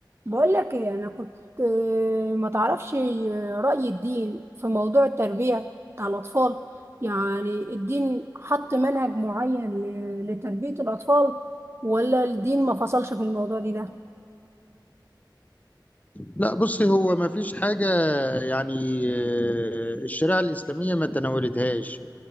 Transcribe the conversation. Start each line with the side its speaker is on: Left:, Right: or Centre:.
Right: بقول لك ايه انا كنت آه، ما تعرفش آه، رأي الدين في موضوع التربية بتاع الأطفال يعني الدين حط منهج معين ل- لتربية الأطفال ولا الدين ما فصلش في الموضوع دي ده
Left: لا بصي هو ما فيش حاجة يعني آه، الشريعة الإسلامية ما تناولتهاش